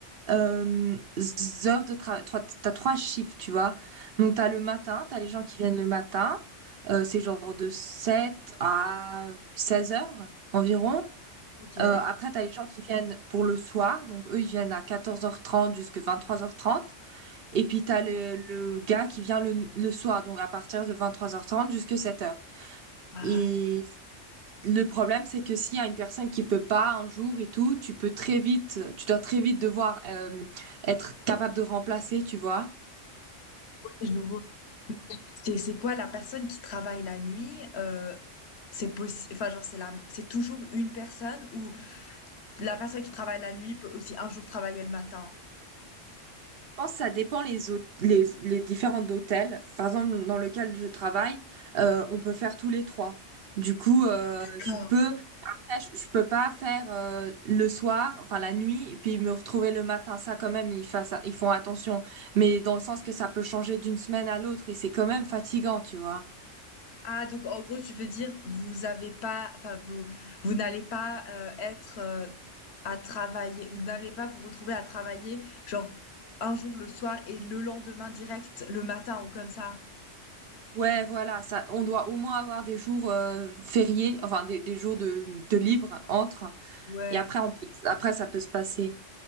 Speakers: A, on the right (about 55°); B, on the left (about 60°).
A: euh, heures de travail, t'as trois chiffres, tu vois. Donc, t'as le matin, t'as les gens qui viennent le matin, euh, c'est genre de 7 à 16 heures environ.
B: Ok.
A: Euh, après, t'as les gens qui viennent pour le soir, donc eux, ils viennent à 14h30 jusqu'à trois heures trente. Et puis, t'as le, le gars qui vient le, le soir, donc à partir de 23h30 jusqu'à sept heures.
B: Ah,
A: Et le problème, c'est que s'il y a une personne qui peut pas un jour et tout, tu peux très vite, tu dois très vite devoir euh, être capable de remplacer, tu vois.
B: ouais, je vois. C'est c'est quoi la personne qui travaille la nuit? euh, c'est possible, enfin genre c'est la, c'est toujours une personne ou la personne qui travaille la nuit peut aussi un jour travailler le matin.
A: Je pense que ça dépend les, hôt- les, les différents hôtels. Par exemple, dans lequel je travaille, euh, on peut faire tous les trois. Du coup, euh,
B: D'accord.
A: je peux, après, je, je peux pas faire euh, le soir, enfin la nuit, et puis me retrouver le matin. Ça, quand même, ils fassent, ils font attention. Mais dans le sens que ça peut changer d'une semaine à l'autre et c'est quand même fatigant, tu vois.
B: Ah, donc en gros, tu veux dire, vous avez pas, enfin, vous, vous n'allez pas euh, être euh, à travailler, vous n'allez pas vous retrouver à travailler, genre un jour le soir et le lendemain direct, le matin ou comme ça.
A: Ouais, voilà, ça, on doit au moins avoir des jours euh, fériés, enfin des, des jours de, de libre entre,
B: Ouais.
A: et après on peut, après ça peut se passer.